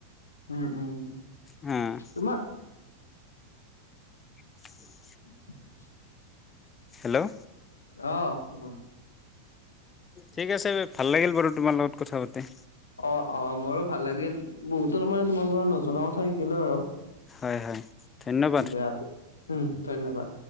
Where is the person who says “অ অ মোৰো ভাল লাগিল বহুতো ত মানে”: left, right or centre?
Left